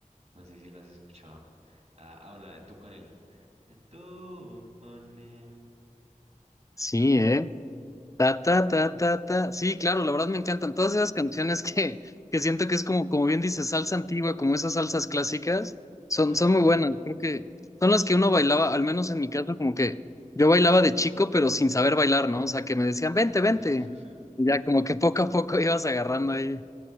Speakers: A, on the right (about 50°); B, on the left (about 25°).
A: No sé si la has escuchado. Ah, ah, bueno, la de tú con él. Ah, Tú con él.
B: Sí,
A: ¿No?
B: ¿eh? Ta, ta, ta, ta, ta. Sí, claro, la verdad me encantan todas esas canciones que, que siento que es como, como bien dices, salsa antigua, como esas salsas clásicas, son,
A: Ah.
B: son muy buenas. Creo que son las que uno bailaba, al menos en mi caso, como que yo bailaba de chico, pero sin saber bailar, ¿no? O sea, que me decían, vente,
A: <laughs>
B: vente. Y ya como que poco a poco <laughs> ibas agarrando ahí.